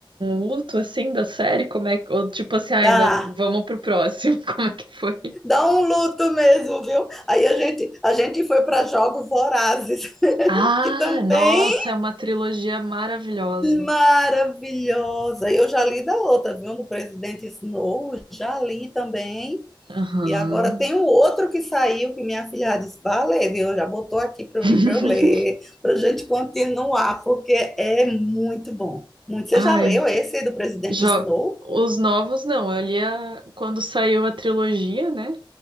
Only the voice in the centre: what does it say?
Dá,
dá um luto mesmo, viu? Aí a gente, a gente foi para Jogos Vorazes, <laughs>
que também
maravilhosa. Eu já li da outra, viu? Do presidente Snow, já li também.
E agora tem o outro que saiu, que minha filha disse, valeu, viu? Já botou aqui para
mim para eu ler, para a gente continuar, porque é muito bom. Muito. Você
já leu esse do presidente
Snow?